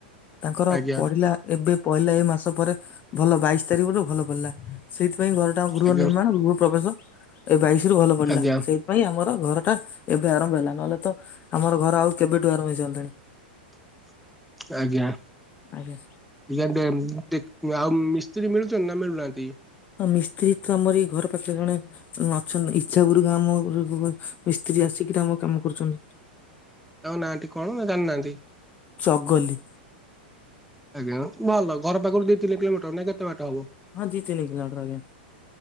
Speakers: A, on the left (about 30°); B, in the centre.
A: ତାଙ୍କର
B: ଆଜ୍ଞା
A: ପଢିଲା ଏବେ ପହିଲା ଏଇ ମାସ ପରେ ଭଲ ବାଇଶି ତାରିଖରୁୁ ଭଲ ପଡିଲା। ସେଇଥିପାଇଁ ଘରଟା ଆମ ଗୃହ
B: ଆଜ୍ଞା
A: ନିର୍ମାଣ ଗୃହ ପ୍ରବେଶ ଏ ବାଇସି ରୁ ଭଲ ପଡିଲା
B: ଆଜ୍ଞା
A: ସେଇଥିପାଇଁ ଆମର ଘର ଟା ଏବେ ଆରମ୍ଭ ହେଲା। ନହେଲେ ତ ଆମର ଘର ଆଉ କେବେଠୁ ଆରମ୍ ହେଇ ସାରନ୍ତାଣି।
B: <unintelligible> ଆଜ୍ଞା
A: ଆଜ୍ଞା।
B: ଜ୍ଞା ବେମ୍ ଟିକ୍ ଆଉ ମିସ୍ତ୍ରୀ ମିଳୁ ଚନ୍ତି ନା ମିଳୁନାହାନ୍ତି।
A: ଆ ମିସ୍ତ୍ରୀ ତମରି ଘର ପାଖ୍ରେ ଜଣେ। ଅଛନ୍ତି ଇଚ୍ଛା ପୂର୍କ ଆମ ଉପୁରୁକୁ ମିସ୍ତ୍ରୀ ଆସିକିରି ଆମ କାମ କର୍ଚନ୍ତି।
B: ଆଉ ନାହାନ୍ତି କଣ ନା ଜାଣିନାହାନ୍ତି।
A: ଚଗଲି
B: ଆଜ୍ଞା ଭଲ ଘର ପାଖରୁ ଦି ତିନି କିଲୋମିଟର ନା କେତେ ବାଟ ହବ।
A: ହଁ ଜିତିନି କିଲମିଟର ଆଜ୍ଞା।